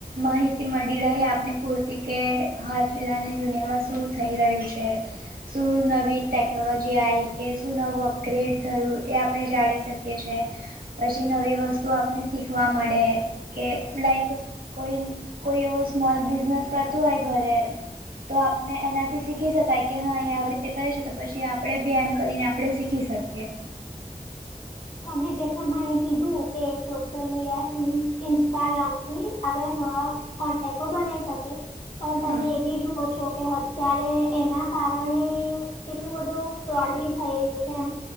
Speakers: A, on the right; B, on the left.
A: માહિતી મળી રહે આપને પૂરતી કે હાલ ફિલહાલ ની દુનિયામાં શું થઈ રહ્યું છે શું નવી ટેકનોલોજી આવી કે શું નવું અપગ્રેડ થયું એ આપણે જાણી શકીએ છ છે પછી નવી વસ્તુ આપને શીખવા મળે કે લઇક કોઈ કોઈ એવો સ્મોલ બિઝનેસ કરતું હોય ઘરે તો આપને એનાથી શીખી શકાય કે હા એયા આવી રીતે કરે છે તો પછી આપણેે બી એમ કરીને આપણે શીખી શકીએ
B: તમે જે પ્રમાણે કીધું કે સોશિયલ મીડિયા થી મીન્સ ઇન્સ્ટાગ્રામ થી આપણે ન કોન્ટેકો બનાવી શકે પણ તમે
A: હા
B: એ બી જોુઓ છો કે અત્યારે એના કારણે કેટલું બધું ફ્રોડ બી થઈ રહ્યું છે એમ